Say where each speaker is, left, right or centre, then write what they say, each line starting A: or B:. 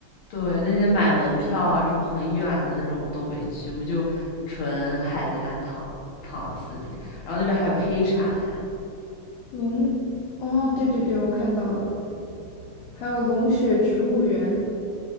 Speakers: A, on the left; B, on the left.
A: 对，那些买门票啊，什么很远的那种，我们都没去，我们就纯海滩躺躺了四天，然后那边还有黑沙滩。
B: 龙，哦，对对对，我看到了，还有龙血植物园，